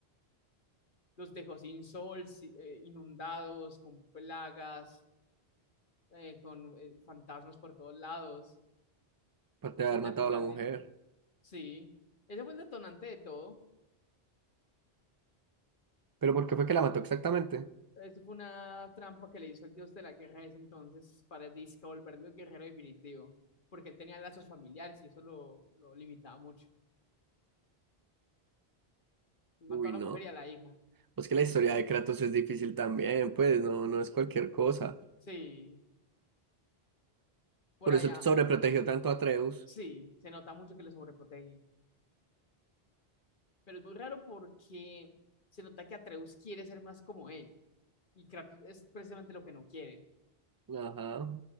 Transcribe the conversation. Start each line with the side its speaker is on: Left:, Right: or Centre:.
Left: Los dejó sin sol, si- eh, inundados, con plagas eh, con eh, fantasmas por todos lados,
Right: aparte
Left: sin
Right: de haber
Left: naturaleza.
Right: matado a la mujer.
Left: Sí, ese fue el detonante de todo.
Right: ¿Pero por qué fue que la mató exactamente?
Left: Eso fue una trampa que le hizo el dios de la guerra ese entonces para disque volverlo el guerrero definitivo, porque él tenía lazos familiares y eso lo, lo limitaba mucho. Él mató
Right: Uy,
Left: a la
Right: no.
Left: mujer y a la hija.
Right: Pues que la historia de Kratos es difícil también, pues, no, no es cualquier cosa.
Left: Sí, por
Right: Por
Left: allá,
Right: eso sobreprotegió tanto a Atreus.
Left: sí, se nota mucho que lo sobreprotege, pero es muy raro porque se nota que Atreus quiere ser más como él y Kratos es precisamente lo que no quiere.
Right: Ajá.